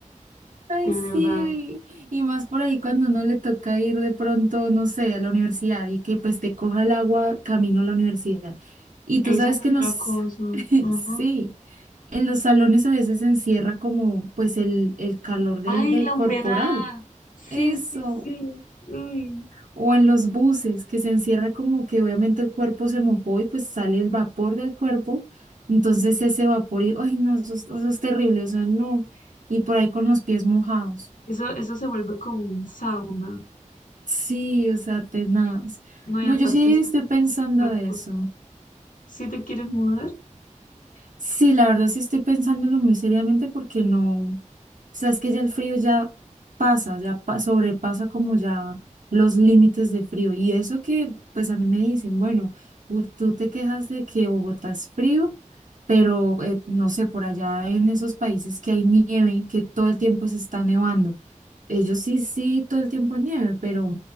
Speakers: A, on the right; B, on the left.
A: Ay,
B: de verdad.
A: sí, y más por ahí cuando uno le toca ir de pronto, no sé, a la universidad y que pues te coja el agua camino a la universidad. Y
B: Esa
A: tú sabes
B: es otra
A: que en los,
B: cosa.
A: <laughs>
B: Ajá.
A: sí, en los salones a veces se encierra como pues el, el calor del,
B: Ay,
A: del
B: la
A: corporal,
B: humedad. Sí,
A: eso,
B: sí, sí. Uy.
A: o en los buses que se encierra como que obviamente el cuerpo se mojó y pues sale el vapor del cuerpo, entonces ese vapor y, ay, no, eso, es- eso es terrible, o sea, no, y por ahí con los pies mojados.
B: Eso, eso se vuelve como un sauna.
A: Sí, o sea, tenaz.
B: No,
A: No,
B: y aparte
A: yo sí
B: se
A: estoy
B: hacen
A: pensando
B: unos charcos.
A: eso.
B: Si te quieres mudar,
A: Sí, la verdad sí estoy pensándolo muy seriamente porque no, o sea, es que ya el frío ya pasa, ya pa- sobrepasa como ya los límites de frío. Y eso que, pues a mí me dicen, bueno, u- tú te quejas de que Bogotá es frío, pero eh, no sé, por allá en esos países que hay nieve, que todo el tiempo se está nevando. Ellos sí, sí, todo el tiempo hay nieve, pero,